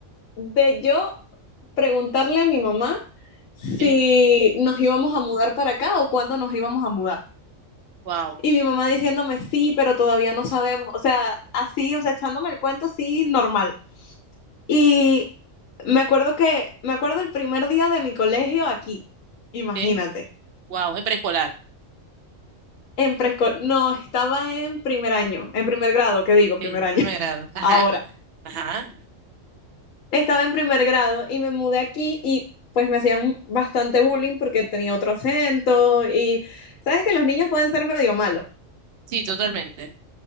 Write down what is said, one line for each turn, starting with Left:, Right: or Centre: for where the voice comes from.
Left: de yo preguntarle a mi mamá si
Right: Okay,
Left: nos íbamos a mudar para acá o cuándo nos íbamos a mudar.
Right: wow,
Left: Y mi mamá diciéndome, sí, pero todavía no sabemos. O sea, así, o sea, echándome el cuento, sí, normal. Y me acuerdo que, me acuerdo el primer día de mi colegio aquí, imagínate,
Right: ok, wow, en preescolar,
Left: en preescolar, no, estaba en primer año, en primer grado, ¿qué digo? Primer
Right: ok,
Left: año,
Right: primer
Left: <laughs>
Right: grado. Ajá,
Left: ahora.
Right: pues, ajá,
Left: Estaba en primer grado y me mudé aquí y pues me hacían bastante bullying porque tenía otro acento y sabes que los niños pueden ser medio malos.
Right: sí, totalmente.